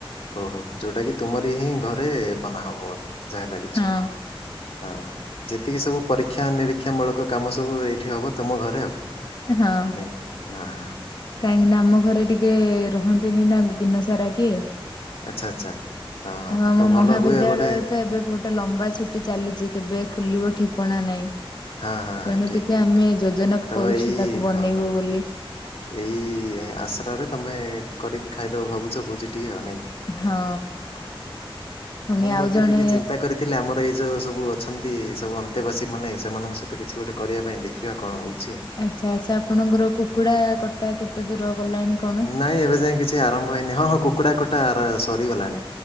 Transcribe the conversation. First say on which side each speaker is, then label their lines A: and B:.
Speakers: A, on the left; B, on the left.
A: ଓହୋ ଯୋଉଟା କିି ତୁମରି ହିଁ ଘରେ ବନାହବ ବୋଧେ ଯାହା ଲାଗୁଛି
B: ହଁ
A: ହଁ। ଯେତିକି ସବୁ ପରୀକ୍ଷା ନିରୀକ୍ଷାାମୂଳକ କାମ ସବୁ ଏଇଠି ହେବ ତମ ଘରେ ଆଉ
B: ହଁ
A: ନାଇଁ କି। ହଁ ହ
B: କାହିଁକି ନା ଆମ ଘରେ ଟିକେ ରହନ୍ତିନି ନା ଦିନ ସାରା କିଏ।
A: ଆଚ୍ଛା ଆଚ୍ଛା ହଁ
B: ଆଉ ଆମ
A: ତ ଭଲ
B: ମହାବିଦ୍ୟାଳୟ
A: ହୁଏ ଗୋଟେ
B: ତ ଏବେ ବ ଗୋଟେ ଲମ୍ବା ଛୁଟି ଚାଲିଛି କେବେ ଖୋଲିବ ଠିକଣା ନାଇଁ
A: ହଁ ହଁ ହଁ
B: ତେଣୁ
A: ଠିକ
B: ଟିକେ
A: ଠିକ
B: ଆମେ
A: ଠିକ
B: ଯୋଜନା
A: ତ
B: କରୁଛୁ
A: ଏଇ
B: ତାକୁ ବନେଇବୁ
A: ହଁ ହଁ।
B: ବୋଲି
A: ଏଇ ଆଶ୍ରରେ ତମେ କରିକି ଖାଇଦବ ଭାବୁଛ ଭୋଜି ଟିକେ ନାଇଁ କି ଓ
B: ହଁ
A: ହ
B: ପୁଣି
A: ମୁଁ
B: ଆଉ
A: ମଧ୍ୟ
B: ଜଣେ
A: ଟିକେ ଚିନ୍ତା କରି ଥିଲେ ଆମର ଏଇ ଯେଉଁ ସବୁ ଅଛନ୍ତି ସବୁ ଅନ୍ତେବାସୀମାନେ ସେମାନଙ୍କ ସହିତ କିଛି ଗୋଟେ କରିବା ପାଇଁ ଦେଖିବା କଣ ହେଉଛି।
B: ଆଚ୍ଛା ଆଚ୍ଛା ଆପଣଙ୍କର କୁକୁଡା କଟା କେତେ ଦୂର ଗଲାଣି। କଣ?
A: ନାଇଁ ଏବେ ଯାଇ କିଛି ଆରମ୍ଭ ହେଇନି ହଁ ହଁ କୁକୁଡ଼ା କଟା ସରିଗଲାଣି।